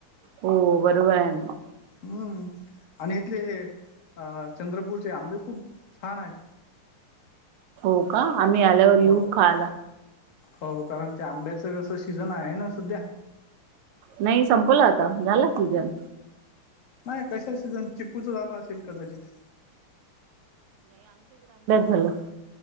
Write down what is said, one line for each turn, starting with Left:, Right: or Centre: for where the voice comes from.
Right: हो बरोबर आहे ना
Left: हम्म <inaudible> आणि इथले अ चंद्रपूरचे आंबे खूप छान आहेत.
Right: हो, का आम्ही आल्यावर येऊ
Left: हो
Right: खायाला.
Left: हो कारण ते आंब्याचं कसं सीजन आहे ना सध्या
Right: नाही संपलं आता झाला सीझन
Left: नाही तशी सीझन चिकूचा झाला असेल कदाचित
Right: हॅलो